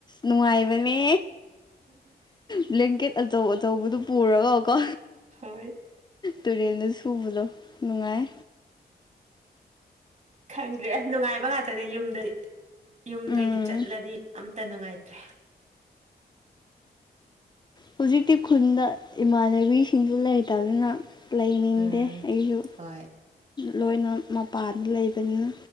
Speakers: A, on the left; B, on the right.
A: ꯅꯨꯡꯉꯥꯏꯕꯅꯦ ꯕ꯭ꯂꯦꯡꯀꯦꯠ ꯑꯆꯧ ꯑꯆꯧꯕꯗꯨ ꯄꯨꯔꯒ ꯀꯣ
B: ꯍꯣꯏ
A: ꯇꯨꯔꯦꯟꯗ ꯁꯨꯕꯗꯣ ꯅꯨꯡꯉꯥꯏ
B: ꯈꯪꯗ꯭ꯔꯦ ꯅꯨꯡꯉꯥꯏꯕ ꯉꯥꯛꯇꯅꯦ ꯌꯨꯝꯗꯗꯤ ꯌꯨꯝꯗꯒꯤ
A: ꯎꯝ
B: ꯆꯠꯂꯗꯤ ꯑꯝꯇ ꯅꯨꯡꯉꯥꯏꯇ꯭ꯔꯦ
A: ꯍꯧꯖꯤꯛꯇꯤ ꯈꯨꯟꯗ ꯏꯃꯥꯟꯅꯕꯤꯁꯤꯡꯁꯨ ꯂꯩꯇꯕꯅ ꯂꯩꯅꯤꯡꯗꯦ
B: ꯎꯝ
A: ꯑꯩꯁꯨ
B: ꯍꯣꯏ
A: ꯂꯣꯏꯅ ꯃꯄꯥꯟꯗ ꯂꯩꯕꯅꯤꯅ